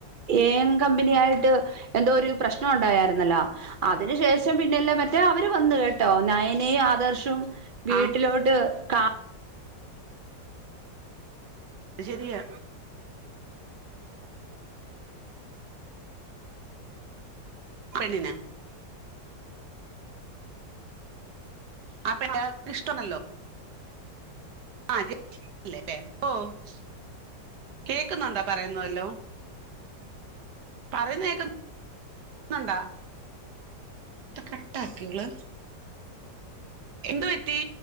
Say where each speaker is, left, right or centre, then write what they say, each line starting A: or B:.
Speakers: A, on the right; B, on the right.
A: ഏൻ കമ്പനി ആായിട്ട് എന്തോ ഒരു പ്രശ്നം ഉണ്ടായിരുന്നല്ലോ അതിനന് ശേഷം പിന്നെല്ലാം മറ്റ മറ്റേ അവര് വന്നു കേട്ടോ നയനയും ആദർശവും വീട്ടിലോട്ട്
B: ആഹ്
A: കാ
B: അത് ശരിയാ പെണ്ണിനാ ആ പിന്നെ അത് ഇഷ്ട്ടണല്ലോ? ആഹ് <unintelligible> കേക്കുന്നുണ്ടോ പറയുന്നതെല്ലോം? പറയുന്ന കേക്ക് ന്നുണ്ടാ? ഡാ കട്ട ആക്കിയോ ഇങ്ങള് എന്ത് പറ്റി?